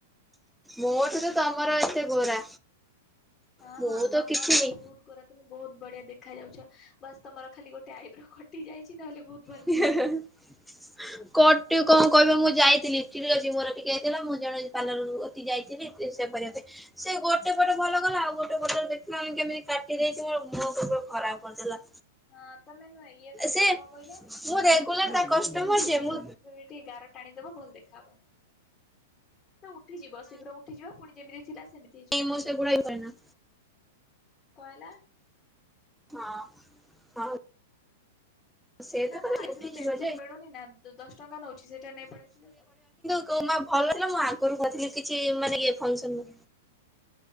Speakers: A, in the centre; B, on the left (about 25°).
A: ମୋଠୁ ତ ତମର ଏତେ ଗୋରା।
B: ହଁ-ହଁ
A: ମୁଁ ତ
B: ତମର
A: କିଛିନି
B: ବହୁତ୍ ଗୋରା। ତମେ ବହୁତ୍ ବଢିଆ ଦେଖା ଯାଉଚ ବାସ୍ ତମର ଖାଲି ଗୋଟେ ଆଇବ୍ରୋ କଟି ଯାଇଚି ନହେଲେ ବହୁତ୍
A: <unintelligible> କଟେ କଣ କହିବ ମୁଁ ଯାଇଥିଲି <unintelligible> ମୋର ଟିକେ ହେଇଥିଲା ମୁଁ ଜଣେ ପାର୍ଲର ପାଖକୁ ଯାଇଥିଲି <unintelligible> ସେ ଗୋଟେ ପଟ ଭଲ କଲା ଆଉ ଗୋଟେ ପଟରେ ଦେଖିଲ ମାନେ କେମିତି କାଟି ଦେଇଛି ମୋ ମୁହଁ କେତେ ଖରାପ୍ କରିଦେଲା।
B: ହଁ ତମେ ନୁହଁ ଇଏ କରିବ
A: ସେ
B: କଣ କହିଲ
A: ମୁଁ ରେଗୁଲାର
B: ତମେ ଯୋଉ ଆଇବ୍ରୋ
A: ତା କଷ୍ଟମର
B: ପେନ୍ ସିଲ୍
A: ଯେ
B: ରହିବ
A: ମୁଁ
B: ତମେ ଟିକେ ଗାର ଟାଣିଦବ ଭଲ ଦେଖାହବ ଉଠି ଯିବ ଶୀଘ୍ର ଉଠିଯିବ ପୁଣି ଯେମିତି ଥିଲା ସେମିତି ହେଇଯିବ।
A: ନାଇଁ ମୁଁ ସେଗୁଡା ହୁଏନା।
B: କଣ ହେଲା?
A: ହଁ ହଁ। ସେ
B: ନା
A: ତ
B: ମଁ ଆଇବ୍ରୋ
A: ଉଠିଯିବ
B: ପେନସିଲ୍
A: ଯେ
B: ମିଳୁନି ନା ଦଶ ଟଙ୍କା ନଉଛି ସେଇଟା ନେଇ ପଳେଇ ଆସିଲେ
A: କୋ ମା ଭଲ ଥିଲା ମୁଁ ଆଗରୁ କହିଥିଲି କିଛି ମାନେ <unintelligible>